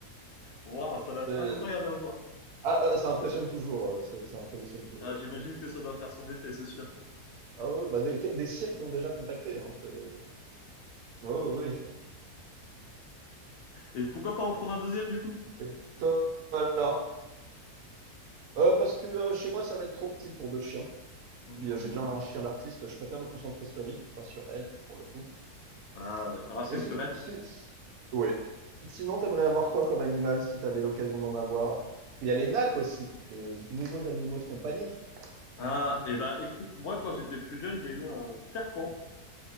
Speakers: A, on the left (about 65°); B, on the right (about 75°).
A: Waouh, ça doit être
B: c'est-
A: incroyable à voir.
B: ah, ah, ça impressionne toujours. euh, c'est- ça impressionne toujours.
A: Ah, j'imagine que ça doit faire son effet, c'est sûr.
B: Ah ouais, bah des, des cirques m'ont déjà contacté, hein, c'est- Ouais, ouais, ouais.
A: Et pourquoi pas en prendre un deuxième, du coup?
B: <laughs> Toi, alors, Euh, parce que euh, chez moi, ça va être trop petit pour deux chiens.
A: Hmm.
B: Puis euh, j'ai déjà un chien d'artiste, je préfère me concentrer sur lui, enfin sur elle, pour le coup.
A: Ah, d'accord. Ah, c'est
B: Et
A: une
B: si,
A: femelle?
B: si, si- ouais. Sinon, t'aimerais avoir quoi comme animal si t'avais l'occasion d'en avoir? Parce qu'il y a les nacs aussi, les nouveaux animaux de compagnie.
A: Ah, et bah écoute, moi, quand j'étais plus jeune, j'ai eu un serpent.